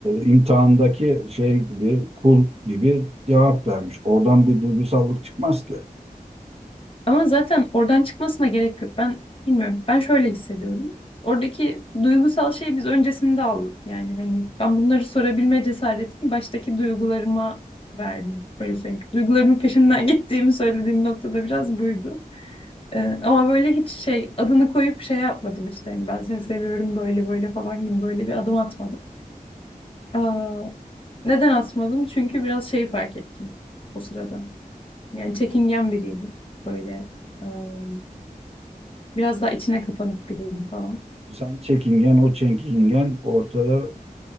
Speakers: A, on the right; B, on the left.
A: imtihandaki şey gibi, kul gibi cevap vermiş. Oradan bir duygusallık çıkmaz ki.
B: Ama zaten oradan çıkmasına gerek yok. Ben bilmiyorum. Ben şöyle hissediyorum. Oradaki duygusal şey biz öncesinde aldık. Yani hani ben bunları sorabilme cesaretini baştaki duygularıma verdim. Böyle söyleyeyim. Duygularımın peşinden <laughs> gittiğimi söylediğim noktada biraz buydu. Ee, ama böyle hiç şey adını koyup şey yapmadım işte. Hani ben seni seviyorum böyle böyle falan gibi böyle bir adım atmadım. Aa, neden atmadım? Çünkü biraz şey fark ettim o sırada. Yani çekingen biriydim. Böyle. ıı, Biraz daha içine kapanık biriydi falan.
A: Sen çekingen, o çekingen ortada